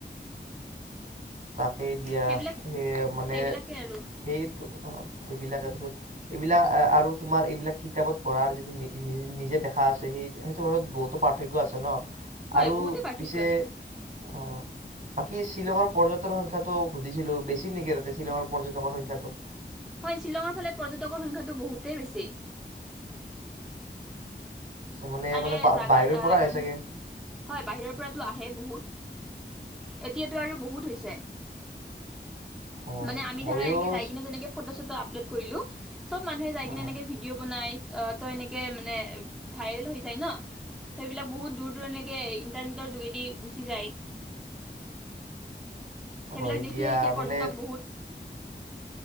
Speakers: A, on the right (about 50°); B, in the centre.
A: তাকেই দিয়া,
B: সেইবিলাক
A: সেই মানে
B: সেইবিলাকেই আৰু
A: সেইটো অ সেইবিলাক এটা চত এইবিলাক আৰু তোমাৰ এইবিলাক কিতাপত পঢ়াৰ যিটো নিজে দেখা আছে সেই সেইটোত বহুতো পাৰ্থক্য আছে ন।
B: হয়
A: আৰু
B: বহুতে পাৰ্থক্য
A: পিছে
B: আছে।
A: অ, বাকী শিলঙৰ পৰ্যটনৰ সংখ্যাটো সুধিছিলো। বেছি নেকি তাতে শ্বিলঙৰ পৰ্যটকৰ সংখ্যাটো।
B: হয়, শ্বিলঙৰ ফালে পৰ্যটকৰ সংখ্যাটো বহুতেই বেছি।
A: মানে
B: তাৰে
A: মানে বাহিৰৰ
B: জাগাৰ আহ,
A: পৰা আহে
B: মানে
A: চাগে।
B: হয় বাহিৰৰ পৰাতো আহে বহুত। এতিয়াতটো আৰু বহুত হৈছে।
A: অ
B: মানে আমি
A: ময়ো
B: ধৰা এনেকে যাই কিনে যেনেকে ফটো চটো আপ আপলোড কৰিলোঁ। চব মানুহে যাই
A: অ
B: কিনে এনেকে ভিডিঅ' বনাই আহ তই এনেকে- কে মানে ভাইৰেল হৈ যায় ন সেইবিলাক বহুত দূৰ দূৰনি। ইন্টাৰনেটৰ যোগেদি গুচি যায়। সেইবিলাক
A: হয়
B: দেখিয়ে
A: দিয়া
B: এতিয়া
A: মানে
B: পৰ্যটক বহুত।